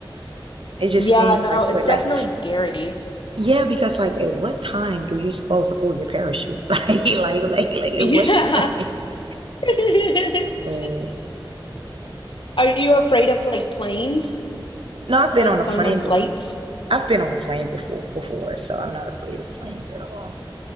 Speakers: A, on the left; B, on the right.
A: <laughs>
B: it just
A: Yeah,
B: seems
A: no,
B: like
A: it's
B: what,
A: definitely
B: like
A: scary.
B: Yeah, because like at what time do you supposed to pull your parachute? <laughs> Like like like like at
A: Yeah.
B: what time? <laughs>
A: <laughs>
B: Oh.
A: Are you afraid of like planes?
B: No, I've been
A: Like
B: on a
A: going
B: plane
A: on flights?
B: before. I've been on a plane before before, so I'm not afraid of planes at all.